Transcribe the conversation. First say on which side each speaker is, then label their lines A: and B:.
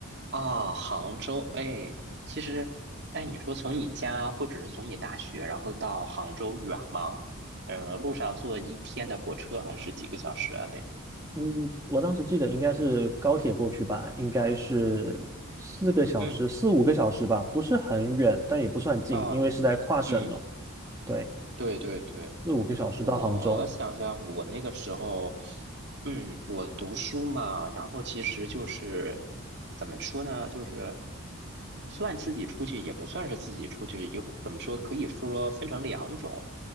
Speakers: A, on the right; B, on the right.
A: 啊，杭州，哎，其实，哎，你说从你家或者是从你大学，然后到杭州远吗？呃，路上坐一天的火车还是几个小时啊？得，
B: 嗯，我当时记得应该是高铁过去吧，应该是四个小时、
A: 嗯，
B: 四五个小时吧，不是很远，但也不算近，
A: 啊，
B: 因为是在跨省了。
A: 嗯，
B: 对，
A: 对对对。
B: 四五个小时到杭州。
A: 我想想，我那个时候，嗯，我读书嘛，然后其实就是怎么说呢，就是算自己出去，也不算是自己出去，有怎么说，可以说分成两种。